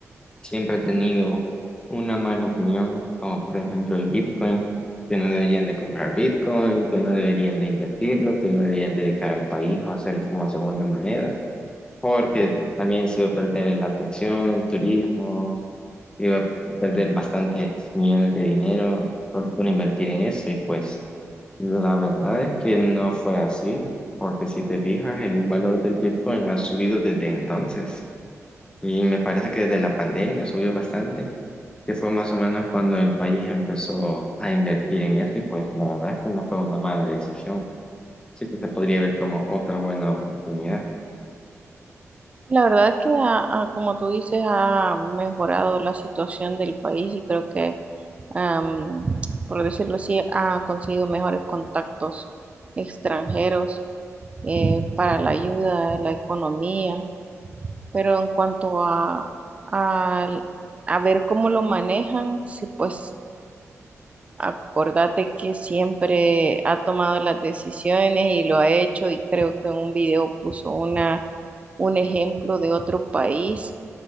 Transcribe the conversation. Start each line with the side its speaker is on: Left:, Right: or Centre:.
Left: siempre ha tenido una mala opinión, como por ejemplo el Bitcoin, que no deberían de comprar Bitcoin, que no deberían de invertirlo, que no deberían dedicar al país o hacerlo como segunda moneda. porque t- también se iba a perder en la atracción, el turismo, iba a perder bastantes millones de dinero por, por invertir en eso y pues la verdad es que no fue así, porque si te fijas, el valor del Bitcoin ha subido desde entonces y me parece que desde la pandemia subió bastante, que fue más o menos cuando el país empezó a invertir en eso y pues la verdad es que no fue una mala decisión, sí que se podría ver como otra buena oportunidad.
Right: La verdad que, ha- ha- como tú dices, ha mejorado la situación del país y creo que, am, por decirlo así, ha conseguido mejores contactos extranjeros eh, para la ayuda, la economía. Pero en cuanto a, al- a ver cómo lo manejan, sí, pues acordate que siempre ha tomado las decisiones y lo ha hecho y creo que en un video puso una, un ejemplo de otro país